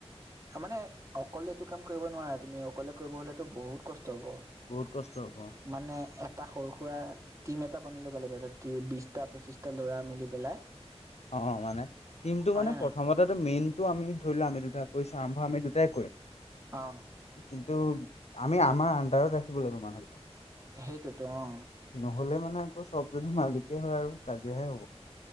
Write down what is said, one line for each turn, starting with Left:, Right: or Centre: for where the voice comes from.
Right: মানে অকলে এইটো কাম কৰিব নোৱাৰা, তুমি অকলে কৰিব হলেতো বহুত কষ্ট হ'ব।
Left: বহুত কষ্ট হ'ব অ'।
Right: মানে এটা সৰু সুৰা টিম এটা বনি লব লাগিব, বিশটা পঁচিশটা ল'ৰা মিলি পেলাই।
Left: অ', মানে টিমটো
Right: হয়
Left: মানে
Right: নে নহয়
Left: প্ৰথমতে মেইনটো আমি ধৰি লোৱা আমি দুটা কৰিছো আৰাম্ভ আমি দুটাই কৰিম।
Right: অ
Left: কিন্তু, আমি আমাৰ আন্দাৰত ৰাখিব লাগিব মানুহ বিলাক
Right: সেটোৱেটো অ'।
Left: নহ'লে মানে আকৌ চব যদি মালিকেই হয়, আৰু কাজিয়া হে হ'ব।